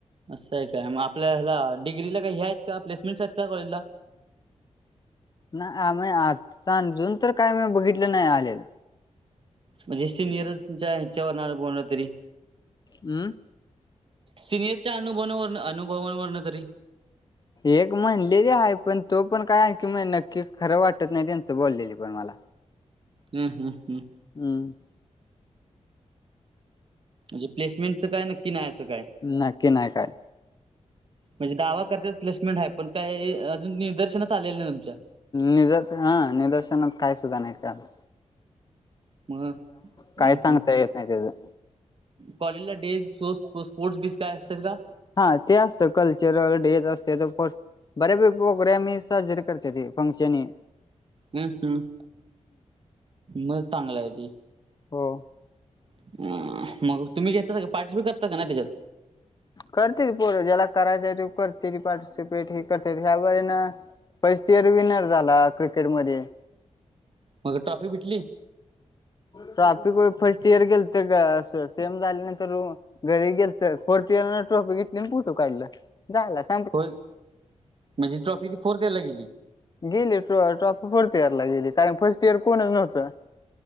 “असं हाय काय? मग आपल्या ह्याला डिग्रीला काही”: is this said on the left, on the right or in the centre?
Right